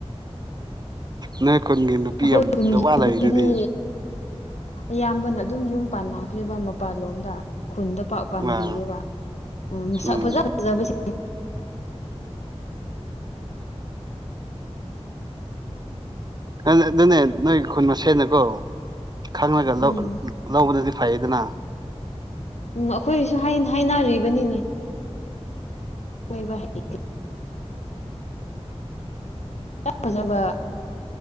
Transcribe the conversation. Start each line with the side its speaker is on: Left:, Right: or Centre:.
Right: ꯅ ꯈꯨꯟꯒꯤ ꯅꯨꯄꯤ
Left: ꯑꯩꯈꯣꯏ
Right: ꯌꯥꯝ
Left: ꯈꯨꯟꯒꯤ
Right: ꯗꯋꯥ
Left: ꯅꯨꯄꯤꯗꯤ
Right: ꯂꯩ ꯑꯗꯨꯗꯤ
Left: ꯑꯌꯥꯝꯕꯅ ꯑꯗꯨꯝ ꯌꯨꯝ ꯄꯥꯟꯅꯈ꯭ꯔꯦꯕ ꯃꯄꯥꯟꯂꯣꯝꯗ ꯈꯨꯟꯗ ꯄꯥꯛ ꯄꯥꯟꯕꯤꯔꯦꯕ
Right: ꯑꯥ
Left: ꯎ ꯁꯛ
Right: ꯎꯝ
Left: ꯐꯖ ꯐꯖꯕ <inaudible>
Right: ꯑꯗꯨ ꯑꯗꯨꯅꯦ ꯅꯣꯏ ꯈꯨꯟ ꯃꯁꯦꯠꯅꯀꯣ ꯈꯪꯉꯒ
Left: ꯎꯝ
Right: ꯂꯧꯕꯗꯗꯤ ꯐꯩꯗꯅ
Left: ꯎꯝ ꯑꯩꯈꯣꯏꯁꯨ ꯍꯥꯏꯅꯔꯤꯕꯅꯤꯅꯦ ꯕ ꯍꯥꯏꯦ ꯐꯖꯕ